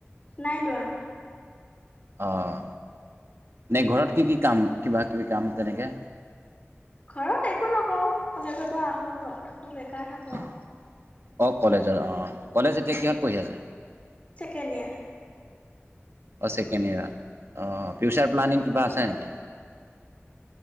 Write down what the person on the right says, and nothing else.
আহ। নে ঘৰত কি কি কাম কিবা কিবি কাম তেনেকে?
অ,
কলেজৰ অহ। কলেজ এতিয়া কিহত পঢ়ি আছা?
<inaudible> অ, ছেকেণ্ড ইয়াৰত অ ফিউচাৰ প্লানিং কিবা আছে নেকি?